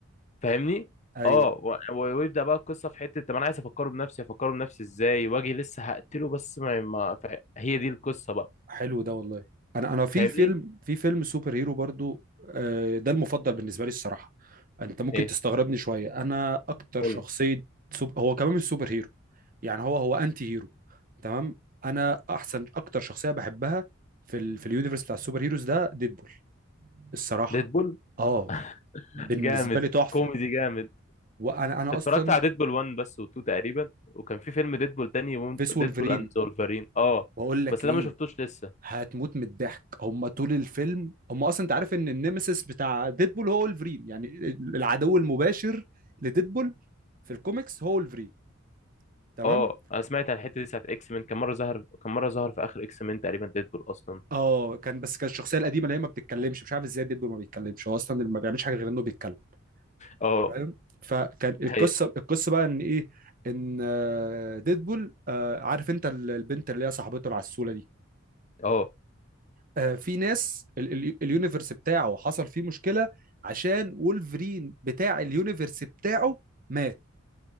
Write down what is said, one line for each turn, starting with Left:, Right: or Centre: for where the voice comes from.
Left: فاهمني
Right: ايوه
Left: اه و- و- ويبدأ بقى القصة في حتة طب انا عايز افكره بنفسي افكره بنفسي ازاي واجي لسه هقتله بس ما, ما ف- هي دي القصة بقى
Right: حلو ده والله انا انا في
Left: فاهمني
Right: فيلم في فيلم سوبر هيرو برضو آه، ده المفضل بالنسبه لي الصراحه انت ممكن
Left: ايه
Right: تستغربني شويه انا اكتر
Left: قول
Right: شخصيه سوب... هو كمان مش سوبر هيرو يعني هو هو انتي هيرو تمام انا احسن اكتر شخصيه بحبها في ال... في اليونيفرس بتاع السوبر هيروز ده ديدبول الصراحه
Left: ديدبول
Right: اه
Left: <laughs>
Right: بالنسبه
Left: جامد
Right: لي تحفه
Left: كوميدي جامد
Right: وانا انا
Left: اتفرجت
Right: اصلا
Left: على ديدبول 1 بس و2 تقريبا وكان في فيلم ديدبول تاني
Right: فيس
Left: ديدبول
Right: وولفرين
Left: اند زولفرين اه
Right: بقول لك
Left: بس
Right: ايه
Left: ده ما شفتوش لسه
Right: هتموت من الضحك هم طول الفيلم هم اصلا انت عارف ان النيمسيس بتاع ديدبول هو ولفرين يعني العدو المباشر لديدبول في الكوميكس هو ولفرين تمام
Left: اه انا سمعت عن الحته دي ساعه اكس مان كان مره ظهر كان مره ظهر في اخر اكس مان تقريبا ديدبول اصلا
Right: اه كان بس كان الشخصيه القديمه اللي هي ما بتتكلمش مش عارف ازاي ديدبول ما بيتكلمش هو اصلا اللي ما بيعملش حاجه غير انه بيتكلم
Left: اه
Right: فاهم فكان القصه
Left: دي حقيقة.
Right: القصه بقى ان ايه ان آه، ديدبول آه، عارف انت ال- البنت اللي هي صاحبته العسوله دي
Left: اه
Right: آه، في ناس ال- ال- اليونيفرس بتاعه حصل فيه مشكلة عشان وولفرين بتاع اليونيفرس بتاعه مات